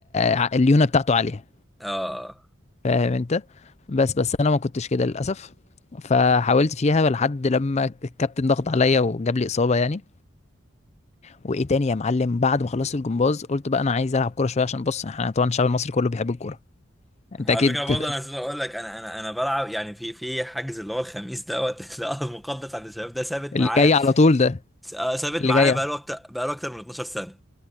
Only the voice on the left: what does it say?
ع- الليونة بتاعته عالية
فاهم انت بس بس انا ما كنتش كده للاسف فحاولت فيها لحد لما الكابتن ضغط عليا وجاب لي اصابة يعني وايه تاني يا معلم بعد ما خلصت الجمباز قلت بقى انا عايز العب كورة شوية عشان بص احنا طبعا الشعب المصري كله بيحب الكورة
انت اكيد
اللي
جاي على طول ده
اللي
جاي